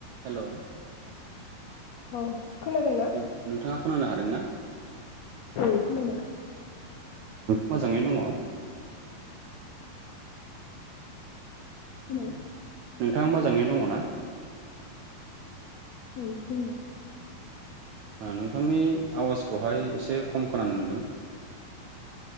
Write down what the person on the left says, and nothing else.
औ खोनादोंना?
उम खोनादों
<unintelligible>
औ दं